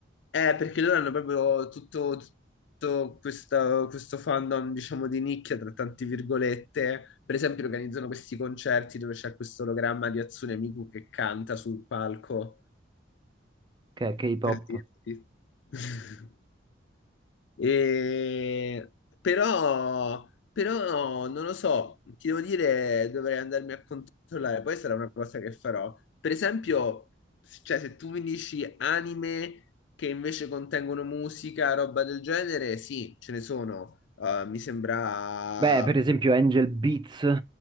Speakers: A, on the left; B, on the right.
A: è perché loro hanno proprio tutto, tutto questa- questo fandom, diciamo, di nicchia, tra tante virgolette. Per esempio organizzano questi concerti dove c'è questo ologramma di Hatsune Miku che canta sul palco.
B: che è K-pop.
A: per dirti. <laughs> E- Però, però non lo so, ti devo dire, dovrei andarmi a controllare, poi sarà una cosa che farò. Per esempio, s- cioè, se tu mi dici anime che invece contengono musica, roba del genere, sì, ce ne sono. Eh, mi sembra...
B: Beh, per esempio Angel Beats,